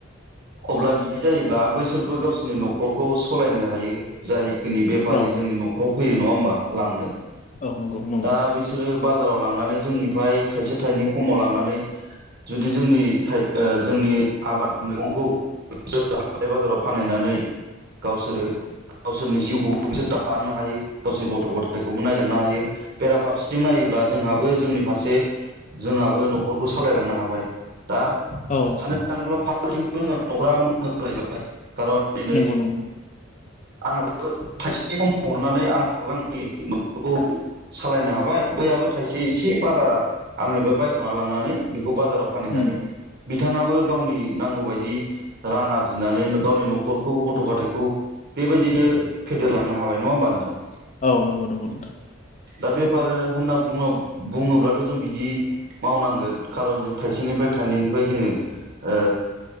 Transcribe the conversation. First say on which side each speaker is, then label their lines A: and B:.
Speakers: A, on the right; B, on the left.
A: अब्ला बिदि जायोब्ला बैसोरबो गावसोरनि न'खरखौ सालायनो हायो जाय खिनि बेपारि
B: औ
A: जोंनि न'खराव फैयो। नङा होमबा? लांनो
B: औ नंगौ नंगौ
A: दा बिसोरो बाजाराव लांनानै जोंनिफाय थाइसे थाइनै खमाव लांनानै जुदि जोंनि थाय ओ जोंनि आबाद मेगंखौ बिसोर हाथाय बाजाराव फानहैनानै गावसोरो गावसोरनि जिउखौबो बिसोर दालांनो हायो गावसोरनि गथ' गथायखौ नायलांनो हायो बेरा फारसेथिं नायोब्ला जोंहाबो जोंनि फारसे जोंहाबो न'खरखौ सालायलांनो हा बाय दा
B: औ
A: <unintelligible> <unintelligible> दिनै
B: नंगौ नंगौ।
A: आंहाबो थाइसे खम हरनानै आंहाबो आंनि न'खरखौ सालायनो हाबाय बैहाबो थाइसे एसे बारा आंनिफ्राय बायख'ना लांनानै बेखौ बाजाराव फानहैनानै
B: उम
A: बिथाङाबो गावनि नांगौबायदि रां आरजिनानै गावनि न'खरखौ गथ' गाथाइखौ बेबायदिनो फेदेरलांनो हाबाय नङा होमबा नोंथां?
B: औ नंगौ नंगौ नोंथां।
A: दा बेफार होनना बुङा बुङोब्लाथ' जों बिदि मावनांगोन कार'न जों थाइसेनिफ्राय थाइनैनिफ्राय जोङो ओ